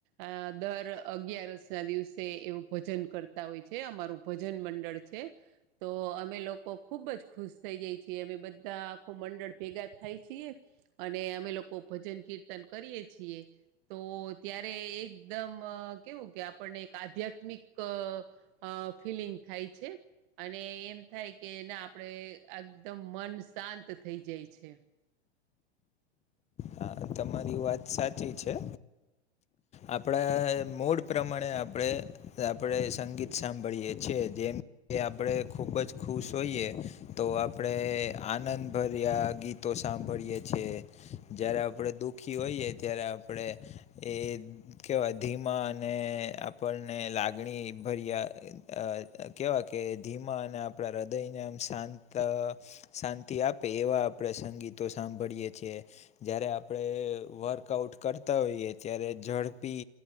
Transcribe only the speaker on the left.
હા તમારી વાત સાચી છે. આપણા મુડ પ્રમાણે આપણે આપણે સંગીત સાંભળીએ છીએ જેમ એ આપણે ખૂબ જ ખુશ હોઈએ તો આપણે આનંદભર્યા ગીત તો સાંભળીએ છીએ. જય્યારે આપણે દુઃખ આખી હોઈએ ત્યારે આપણે એ કહેવાય ધીમા અને આપણને લાગણી ભર્યા અ અ અ કહેવા કે ધીમા અને આપણા હૃદયને આમ શાંત ત શાંતિ આપે એવા આપણે સંગીતો સાંભળીએ છીએ જયયારે આપણે એ વર્કઆઉટ કરતા હોઈએ ત્યારે ઝડપી